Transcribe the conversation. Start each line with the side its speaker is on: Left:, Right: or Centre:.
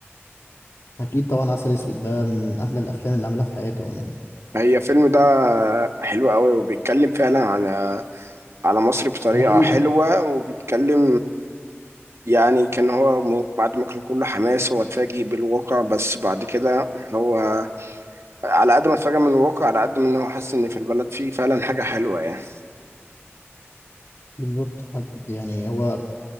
Left: اكيد طبعا عسل اسود ده من احلى الافلام اللي عملها في حياته عموما
Right: هي الفيلم ده حلو قوي وبيتكلم فعلا على على مصر بطريقة
Left: على حقيقه
Right: حلوة وبيتكلم يعني كان هو م- بعد ما كان كله حماس هو اتفاجئ بالواقع بس بعد كده هو على قد ما اتفاجئ من الواقع على قد ما إن هو حاسس ان في البلد فيه فعلا حاجه حلوه يعني
Left: بالظبط حد يعني هو